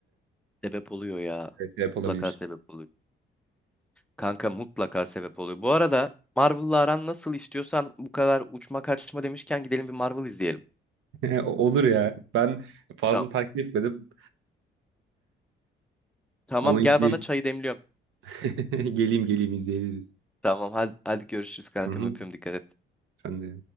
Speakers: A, in the centre; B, on the right (about 85°).
A: Sebep oluyor ya.
B: evet, sebep olabilir.
A: Mutlaka sebep oluyor. Kanka mutlaka sebep oluyor. Bu arada Marvel'la aran nasıl istiyorsan bu kadar uçma kaçma demişken gidelim bir Marvel izleyelim.
B: <laughs> Olur ya. Ben fazla
A: Tamam.
B: takip etmedim
A: Tamam
B: ama
A: gel
B: izleyebilirim.
A: bana çayı demliyorum.
B: <laughs> geleyim geleyim izleyebiliriz.
A: Tamam hadi, hadi görüşürüz kankam
B: Hı hı.
A: öpüyorum dikkat et.
B: Sen de.